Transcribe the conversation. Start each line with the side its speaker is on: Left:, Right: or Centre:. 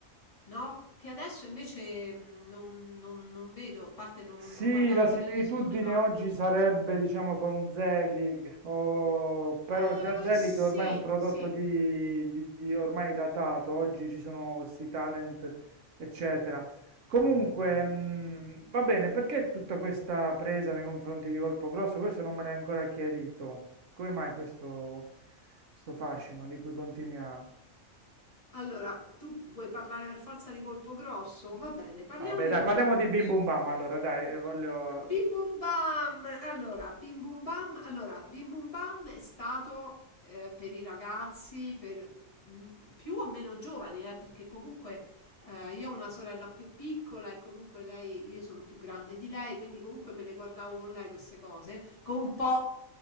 Left: No? Che adesso invece mh, non, non- non vedo, a parte non,
Right: Sì,
Left: non guardando
Right: la similitudine
Left: la televisione, ma...
Right: oggi sarebbe, diciamo, con Zelig, o- però
Left: Eh,
Right: già Zelig
Left: sì,
Right: ormai è un prodotto
Left: sì.
Right: di, di- di- ormai datato, oggi ci sono questi talent, eccetera. Comunque, mh, va bene, perché tutta questa presa nei confronti di Colpo Grosso? Questo non me l'hai ancora chiarito. Come mai questo, questo fascino di cui continui a...
Left: Allora, tu vuoi parlare per forza di colpo grosso?
Right: No,
Left: Va bene, parliamo
Right: Vabbè,
Left: di
Right: dai,
Left: colpo
Right: parliamo
Left: grosso.
Right: di Bim Bum Bam, allora, dai, eh, voglio...
Left: Bim Bum Bam! Allora, Bim Bum Bam, allora, Bim Bum Bam è stato eh, per i ragazzi, per mm, più o meno giovani, eh, perché comunque eh, io ho una sorella più piccola e comunque lei, io sono più grande di lei, quindi comunque me le guardavo con lei queste cose, con un po'